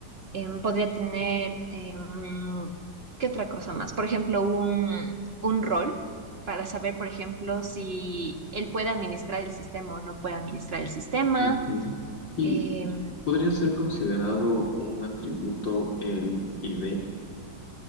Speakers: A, on the right; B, on the left.
A: Em, podría tener, em, ¿qué otra cosa más? Por ejemplo, un, un rol para saber, por ejemplo, si él puede administrar el sistema o no puede administrar el sistema.
B: Ujú. Y
A: Em,
B: podría ser considerado un atributo el ID.